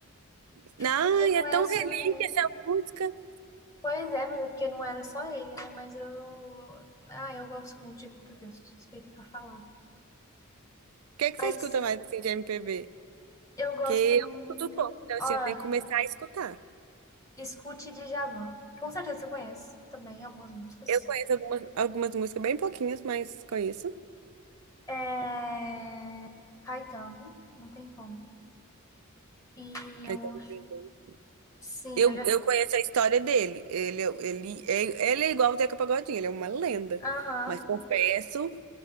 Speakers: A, on the right; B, on the left.
A: Não,
B: Porque
A: e
B: não
A: é
B: é
A: tão
B: só
A: relíquia
B: ele.
A: essa música. O
B: Pois é, mas é porque não era só ele, né? Mas eu. Ah, eu gosto muito de MPB, eu sou suspeita pra falar.
A: que é que
B: Mas
A: você escuta mais, assim, de MPB?
B: eu gosto
A: Que
B: muito.
A: eu escuto pouco, então, assim,
B: Olha,
A: eu tenho que começar a escutar.
B: escute Djavan. Com certeza você conhece também algumas músicas.
A: Eu conheço algumas, algumas músicas bem pouquinhas, mas conheço.
B: É... Caetano, não tem como. E
A: Caetano
B: eu.
A: Veloso.
B: Sim,
A: Eu,
B: eu já.
A: eu conheço a história dele. Ele, é- ele, é- ele é igual o Zeca Pagodinho, ele é uma lenda.
B: Aham,
A: Mas confesso